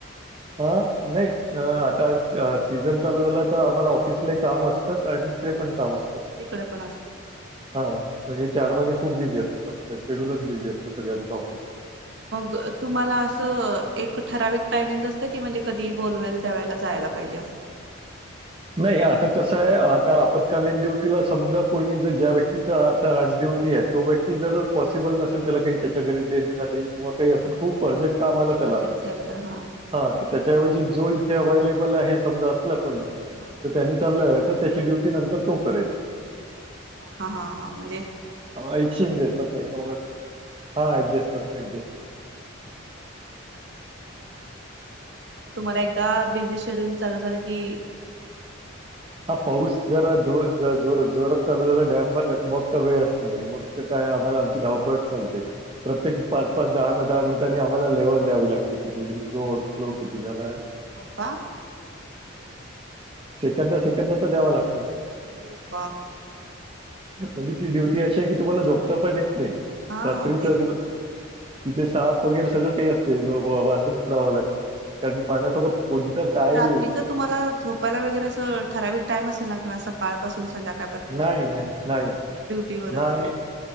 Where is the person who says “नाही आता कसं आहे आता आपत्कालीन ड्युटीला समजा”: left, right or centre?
Right